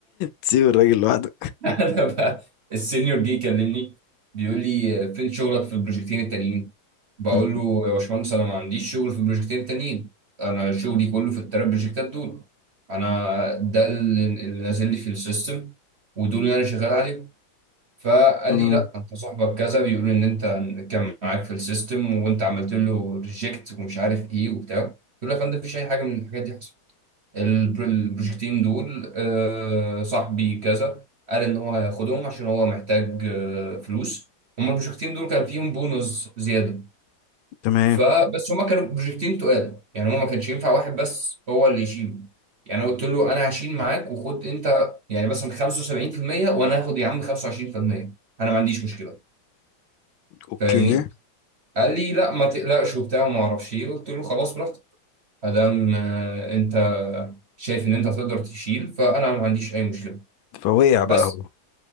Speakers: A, on the left; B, on the right.
A: تسيب الراجل لوحده
B: انا بقى السينيور جه يكلمني بيقول لي فين شغلك في البروجكتين التانيين بقول
A: مم.
B: له يا باشمهندس انا ما عنديش شغل في البروجكتين التانيين انا شغلي كله في التلات بروجكتات دول انا ده اللي اللي نازل لي في السيستم ودول اللي انا شغال عليهم فقال
A: مم.
B: لي لا انت صاحبك كذا بيقول ان انت كان معاك في السيستم وانت عملت له ريجكت ومش عارف ايه وبتاع قلت له يا فندم مفيش اي حاجه من الحاجات دي حصلت البر- البروجكتين دول آه، صاحبي كذا قال ان هو هياخدهم عشان هو محتاج آه، فلوس هما البروجكتين دول كان فيهم بونص زياده
A: تمام
B: فبس هما كانوا بروجكتين تقال يعني هو ما كانش ينفع واحد بس هو اللي يشيله يعني انا قلت له انا هشيل معاك وخد انت يعني مثلا 75% وانا هاخد يا عم 25% انا ما عنديش مشكله
A: اوكي
B: فاهمني قال لي لا ما تقلقش وبتاع وما اعرفش ايه قلت له خلاص براحتك ادام آه، انت شايف ان انت تقدر تشيل فانا ما عنديش اي مشكله
A: فوقع بقى
B: بس
A: هو